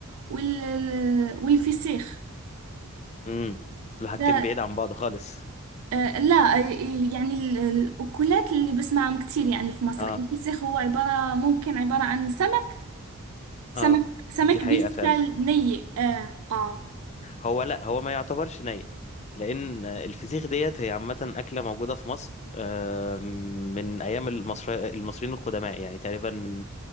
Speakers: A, on the right; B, on the left.
A: وال والفسيخ
B: امم دول حاجتين
A: ده
B: بعيد عن بعض خالص
A: آه لا آه، يعني ال- الأكلات اللي بسمعهم كتير يعني في مصر
B: اه
A: الفسيخ هو عبارة ممكن عبارة عن سمك سمك
B: اه
A: سمك
B: دي حقيقة
A: بيستال
B: فعلا
A: ني اه اه
B: هو لا هو ما يعتبرش ني لان الفسيخ ديت هي عامه اكله موجوده في مصر آه، من ايام المصري المصريين القدماء يعني تقريبا من